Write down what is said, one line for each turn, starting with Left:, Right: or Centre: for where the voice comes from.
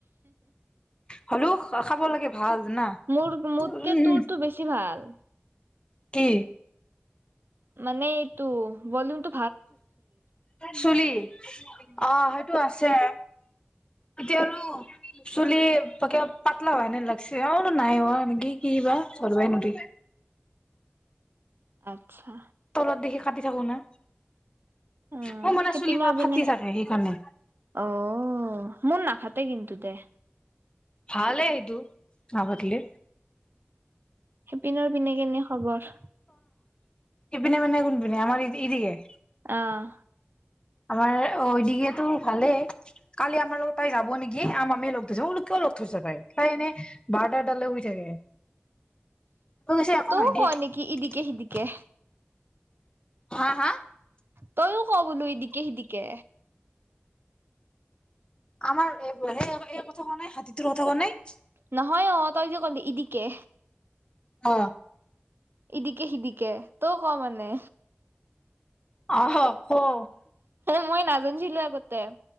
Left: হ'লেও খাব লাগে ভাল জানা
Right: মোৰ মোতকে
Left: উম
Right: তোৰটো বেছি ভাল
Left: কি
Right: মানে এইটো ভলিয়মটো
Left: চুলি অ সেইটো আছে এতিয়া আৰু চুলি তাকে পাতলাও হয়নে লাগিছে অ নাই অকি কি বা কৰবাই নি
Right: আচ্ছা
Left: তলত দেখি কাটি থাকো না
Right: উ
Left: মোৰ মানে
Right: সেইপিনৰ
Left: চুলি মা
Right: পিনে
Left: ফাটি থাকে সেইকাৰণে
Right: অ মোৰ না ফাতে কিন্তু দে
Left: ভালে সেইটো খাবলে
Right: সিপিনৰ পিনে কেনে খবৰ
Left: এইপিনে মানে কোন পিনে আমাৰ এইদিগে
Right: আহ
Left: আমাৰ অদঙেতো ভালেই কালি আমাৰ লগত তাই যাব নেকি আম আমিয় লগ যাবল কিয় লগ ধৈছা তাইক তাই এনেইও বাৰটা এটালৈকে শুই থাকে গৈছে একো
Right: তইও
Left: নাই
Right: ক নেকি ইদিকে সিদিকে
Left: হা হা
Right: তইও ক বোলো এইদিকে সিদিকে
Left: আমাৰ স এই কথা কোৱা নাই হাতীটোৰ কথা কোৱা নাই
Right: নহয় অ তই যে কলি এইদিকে
Left: অ
Right: ইদিকে সিদিকে তই ক মানে
Left: আহ কও
Right: মই নাজ গৈ চিলো আগতেে